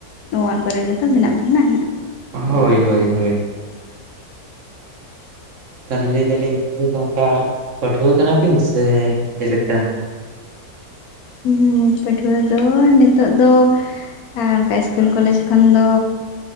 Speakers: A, on the left; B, on the right.
A: ᱱᱚᱣᱟ ᱠᱚᱨᱮᱱ ᱜᱮᱛᱚ ᱢᱮᱱᱟᱜ ᱵᱚᱱᱟ
B: ᱦᱳᱭ ᱦᱳᱭ ᱦᱳᱭ ᱛᱟᱞᱦᱮ ᱞᱟᱹᱭ ᱮ ᱫᱟᱞᱤᱧ <unintelligible> ᱫᱚ ᱠᱟ ᱯᱟᱹᱴᱷᱩᱣᱟᱹ ᱠᱟᱱᱟᱵᱤᱱ ᱥᱮ ᱪᱮᱞᱮ ᱞᱮᱠᱟ
A: ᱦᱩᱸ ᱯᱟᱹᱴᱷᱩᱣᱟᱹ ᱫᱚ ᱱᱤᱛᱚᱜ ᱫᱚ ᱦᱮᱸ ᱚᱱᱠᱟ ᱤᱥᱠᱩᱞ ᱠᱚᱞᱮᱡᱽ ᱠᱷᱚᱱ ᱫᱚ